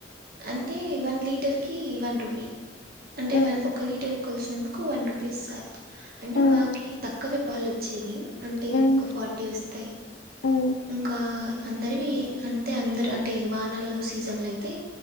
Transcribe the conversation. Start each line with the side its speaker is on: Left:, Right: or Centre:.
Right: అంటే వన్ లీటర్ కి వన్ రూపీ అంటే
Left: మ్
Right: ఒక లీటర్ కలిసినందుకు వన్ రూపీస్స్తుంది అంటే
Left: మ్
Right: మాకు తక్కువే పాలు వచ్చేది అంటే
Left: మ్
Right: ఇంకా ఫార్టీ వస్తాయి
Left: మ్
Right: ఇంకా అందరివి అంటే అందరు అంటే వానలు సీజన్లు అయితే